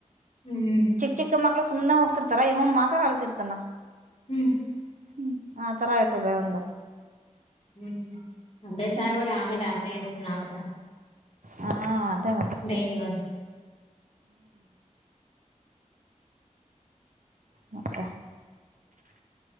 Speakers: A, on the left (about 50°); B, on the right (about 80°).
A: ಹ್ಮ್.
B: ಚಿಕ್ಕ ಚಿಕ್ಕಮಕ್ಕಳ ಸುಮ್ನ್ ಹೋಗ್ತಿರ್ತಾರ ಇವನ್ ಮಾತ್ರ ಅಳ್ತಿರ್ತಾನ.
A: ಹ್ಮ್.
B: ಹ್ಮ್ ಆ ತರ ಇರ್ತದೆ ಇವಂದ್.
A: ಹ್ಮ್ ಅಭ್ಯಾಸ ಆಗೋರ ಆಮೇಲೆ ಆತ ಸುಮ್ನಾಬಿಡ್ತಾನ್.
B: ಹಾ ಅದೇ ಮಾ
A: <inaudible>
B: ಮತ್ತ್